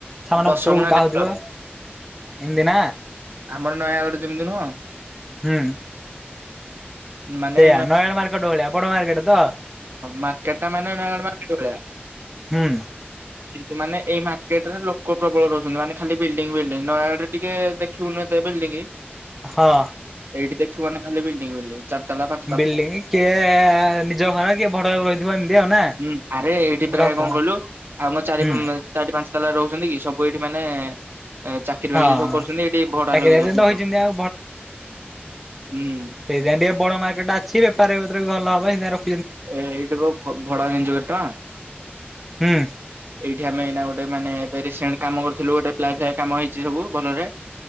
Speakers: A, in the centre; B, on the right.
A: ସାମନ
B: ଦଶ
A: ପତ୍ର
B: ଗୁଣା
A: ବିକା
B: ଡେଭଲପ
A: ହୋଇଥିବ ଏମତି ନା
B: ଆମର ନୟାଗଡ ଯେମିତି ନୁହଁ
A: ହୁଁ।
B: ମାନେ
A: ସେଇୟା
B: ହଁ
A: ନୟାଗଡ଼ ମାର୍କେଟ ଭଳିଆ ବଡ ମାର୍କେଟ ତ?
B: ମାର୍କେଟ ଟା ମାନେ ନୟାଗଡ ମାର୍କେଟ ଭଳିଆ।
A: ହୁଁ।
B: କିନ୍ତୁ ମାନେ ଏଇ ମାର୍କେଟ ରେ ଲୋକ ପ୍ରବଳ ରହୁଛନ୍ତି ମାନେ ଖାଲି ବିଲଡିଙ୍ଗ ବିଲ୍ଡିଂ ନୟାଗଡରେ ଟିକେ ଦେ <unintelligible>
A: ହଁ।
B: ଏଇଠି ଦେଖିବ ନାଁ ଖାଲି ବିଲ୍ଡିଙ୍ଗ ବିଲ୍ଡିଂ। ଚାର ତାଲା ପାଞ୍ଚ
A: ବିଲଡିଂ କିଏ ନିଜ ଘର କିଏ ଭଡ଼ା କୁ ରହିଥିବ ଏମତି ଆଉ ନା?
B: ହୁଁ ଆରେ ଏଇଠି ପ୍ରାୟ
A: ଲୋକ
B: କଣ କହିଲୁ ଆଉ ଚାରି
A: ହୁଁ
B: ମେ ଚାରି ପାଞ୍ଚ ତାଲା ରହୁଛନ୍ତି କି ସବୁ ଏଇଠି ମାନେ ଚାକିରି
A: ହଁ
B: ବାକିରି ସବୁ କରୁଛନ୍ତି ଏଠି ଭଡା
A: ଚାକିରି
B: ଲଗେଇ ରହୁଛନ୍ତି
A: ରହିଛନ୍ତି
B: ସବୁ।
A: ଆଉ
B: ହୁଁ।
A: ସେଇଥି ପାଇଁ ଟିକେ ବଡ ମାର୍କେଟା ଅଛି ବେପାର୍ ବତର ବି ଭଲ ହବ ହେଉଥିପାଇଁ ର
B: ଏ ଏଇଟା ର ଭଡା ଜାଣିଛୁ କେତେ ଟଙ୍କା?
A: ହୁଁ
B: ଏଇଠି ଆମେ ଏଇନା ଗୋଟେ ମାନେ ଏବେ ରିସେଣ୍ଟ କାମ କରିଥିଲୁ ଗୋଟେ ପ୍ଲାଇ ଫ୍ଲାଇ କାମ ହେଇଛି ସବୁ ଭଲରେ। <inaudible>